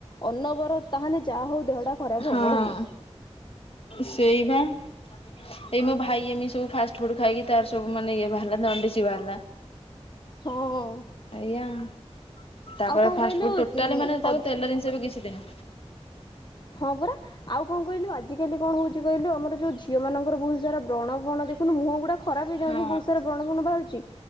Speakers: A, on the left; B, on the left.
A: ଅନବର ତାହେନେ ଯାହା ହଉ ଦେହଟା ଖରାପ
B: ହଁ।
A: ହବ ହିଁ।
B: ସେଇବା। ଏଇ ମୋ ଭାଇ ଏମିତି ସବୁ ଫାଷ୍ଟ ଫୁଡ ଖାଇକି ତାର ସବୁ ମାନେ ଇଏ ବାହାରିଲା ଦଣ୍ଡିସି ବାହାରିଲା।
A: ହଁ।
B: ଏଇୟା ତାପରେ
A: ଆଉ କଣ
B: ଫାଷ୍ଟ
A: କହିଲୁ
B: ଫୁଡ ଟୋଟାଲି ମାନେ ତାକୁ
A: ଉ
B: ତେଲ ଜିନିଷ ବି କିଛି ଦେଇନୁ।
A: ହଁ ପରା ଆଉ କଣ କହିଲୁ ଆଜିକାଲି କଣ ହଉଛି କହିଲୁ ଆମର ଯୋଉ ଝିଅ ମାନଙ୍କର ବହୁତ ସାରା ବ୍ରଣ ଫଣ ଦେଖୁନ ମୁହ ଗୁଡା ଖରାପ ହେଇଯାଉନି
B: ହଁ
A: ବହୁତ ସାରା ବ୍ରଣ ଫଣ ବାହାରୁଛି।